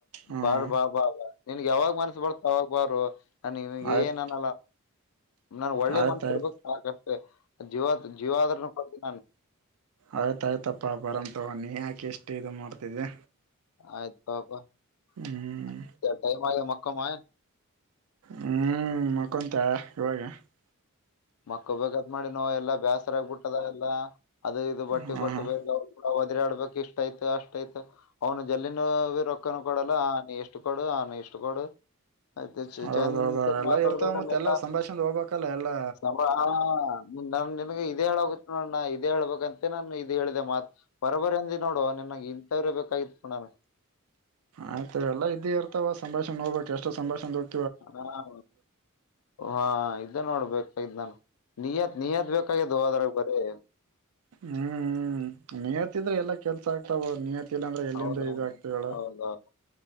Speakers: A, on the right (about 75°); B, on the left (about 75°).
A: ಹಾಂ
B: ಬಾಾರ್ ಬಾ ಬಾ ಬಾ ನಿನ್ಗ್ ಯಾವಾಗ್ ಮನ್ಸ ಬರ್ತ ಹ ಬಾರ ನಾನಗೆ
A: ಆಯ್ತು
B: ಏನನ್ನಲ್ಲ ನನ್ ಒಳ್ಳೆ
A: ಆಯ್ತು
B: ಮನ್ಸಿರ್ಗಕ್
A: ಆಯ್ತು
B: ಸಾಕಷ್ಟ ಹ ಜೀವತ್ ಜೀವ ಆದ್ರೂ ಕೊಡ್ ನಾನು
A: ಆಯ್ತ ಆಯ್ತಪ್ಪಾ ಬರಂತ ನೀ ಯಾಕೆ ಎಷ್ಟು ಇ ಮಾಡ್ತಿದ್ದಿ
B: ಆಯ್ತು ಬಾ ಬಾ
A: ಹ್ಞೂ
B: ಟೈಮ ಆಗಿದ ಮಕೊಮ್ಮ
A: ಹೂ ಮತ್ತ ಕುಂತ ಇವಾಗ? <unintelligible>
B: ಮಕ್ಕೊಬೇಗಾ ಮಾಡ ನೋ ಎಲ್ಲ ಬೇಸರ ಆಗಬಿಟ್ಟದ ಎಲ್ಲಾ <unintelligible> ಅದು ಇದು ಬಟ್ಟಿ
A: ಹಾಂ
B: ಕೊಟ್ಟ
A: ಹಾಂ
B: ಬೇಡದವರಿಗ <unintelligible> ಅ ಒದರಾಡಬೇಕ್ ಇಷ್ಟ ಅಯ್ತ ಅಷ್ಟ ಅಯ್ತ ಅವ್ನು ಜಲದಿನೂ ಅರಬಿ ರೊಕ್ಕನ ಕೊಡಲ್ಲ ಆ ನೀ ಇಷ್ಟ್ ಕೊಡು ಆಮೇಗ ಇಷ್ಟ ಕೊಡು <unintelligible> ಹಚ್ಚ ಹಚ್ಚ
A: ಹೌದೌದು
B: ಚಂತನಂಗ್
A: ಅವೆಲ್ಲ
B: ಮಾತಾಡಬೇಕ
A: ಇರ್ತಾವ ಮತ್ತೆ
B: ಅಂತ್ <unintelligible>
A: ಎಲ್ಲ ಸಂಭಾಷಣೆ ಹೋಗ್ಬೇಕಲ್ಲ ಎಲ್ಲ
B: ಸಮಾ <inaudible> ನಮಗೆ ಇದೇ ಹೇಳೋಗತ್ ನೋಡಣ ಇದೇ ಹೇಳಳ್ಬಬೇಕಂತ ನಾನು ಇದ್ ಹೇಳಿದೆ ಮಾತ್ ಬರೋಬರಿ ಅಂದ ನೋಡೋ ನಿನ್ನಗೆ ಇಂಥವ್ರ ಬೇಕಾಗಿತ್ತು ನೋಡ್ ಅಣ್ಣ
A: ಆಯ್ತ ಎಲ್ಲ ಇದ್ದ ಇರ್ತಾವ ಸ <unintelligible> ಸಂಭಾಷಕೊಂಡ ಹೋಗ್ಬೇಕ. ಎಷ್ಟು ಸಂಭಾಷಕೊಂಡ <unintelligible>
B: ಅದರ ಅವರ ಹ <unintelligible> ಇದ ನೋಡಬೇಕಾಗಿದ್ದ ನಾನ್ ನಿಯತ್ ನಿಯತ್ ಬೇಕಾಗದು ಅದ್ರಾಗ ಬರೀ <unintelligible>
A: ಹು ಹು ನಿಯತ್ <unintelligible> ಇತ್ತಿದ್ರೆ ಎಲ್ಲಾ ಕೆಲಸಾ ಆಗ್ತಾವ ನಿಯತ ಇಲ್ಲ ಅಂದ್ರೆ ಎಲ್ಲಿಂದ
B: ಹೌದೌದು
A: ಇದಾಗ್ತಾವ ಹೇಳ
B: ಹೌದೌದು